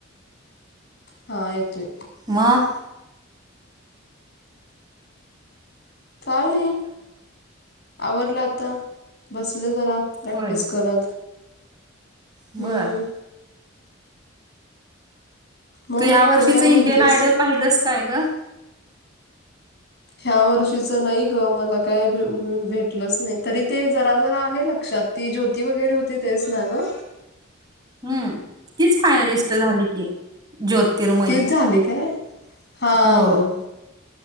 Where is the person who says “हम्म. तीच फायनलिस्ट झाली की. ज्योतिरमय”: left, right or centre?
Right